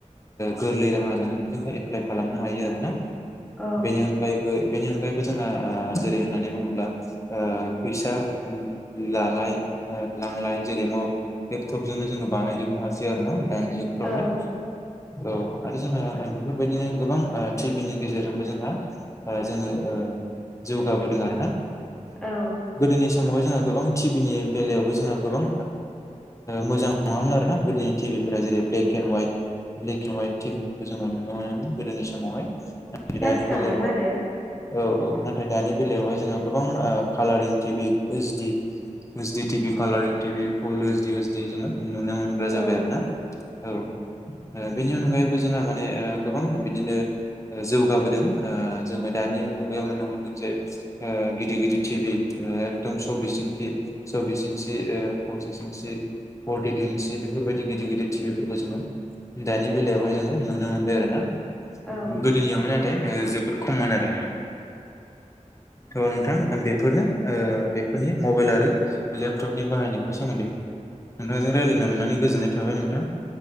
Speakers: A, on the left (about 25°); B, in the centre.
A: गोरलै राहाजोंनो जोङो एप्लाइ खालामनो हायो आरोना।
B: औ
A: बेनि अनगायैबो बेनि अनगायैबो जोंहा जेरै होननानै बुङोब्ला फैसा लानाय लांलाय जेरै न लेपटप जोंनो जोङो बानायजोबनो हासै आरोना दाना। मबाइलफोरावहाय
B: औ
A: औ आरो जोंहा बेफोरबायदिनो गोबां टिभिनि गेजेरजोंबो जोंहा जोङो ओ जौगाबोदों आरोना
B: औ
A: गोदोनि समावहाय जोङो गोबां टिभिनि बेलायावबो जोंहा गोबां मोजां नङामोन आरो ना गोदोनि टिभिफोरा जेरै- ब्लेक ब्लेकेन वाइत ब्लेकन वाइट टिक गोजामानो नुनो मोनोमोन गोदोनि सम समाव हाय
B: फिसा
A: नाथाय दानि
B: फिसामोन
A: बेलायाव औ
B: आरो
A: औ नाथाय दानि बेलायावहाय जोङो गोबां ओ कालारिं टिभि ओइसडि ओइसडि टिभि खाालारिं टिभि फुल ओइसडि ओइसडियै जोङो नुनो मोनग्रा जाबाय
B: औ
A: आरो ना। औ बेनि अनगायैबो जोंहा माने ओ गोबां बिदिनो जौगाबोदों ओ जोङो दानि मुगायाव नुनो मोनदों जे गिदिर गिदिर टिभि एकदम सब्बिस इनसि सब्बिस इन्सि पसिस इन्सि पटिटुन्सि बेफोरबायदि गिदिर गिदिर टिभिफोरखौ जोङो दानि बेलायावहाय जोङो नुनो मोनबाय आरो ना
B: औ
A: गोदोनियावनो नाथाय जोबोद खममोन आरो थ नोंथां बेफोरनो ओ बेफोरनि मबाइल आरो लेपटपनि बाहायनायफोर सोमोन्दै नोंथांजों रायज्लायनो मोननानै गोजोननाय थाबाय नोंथां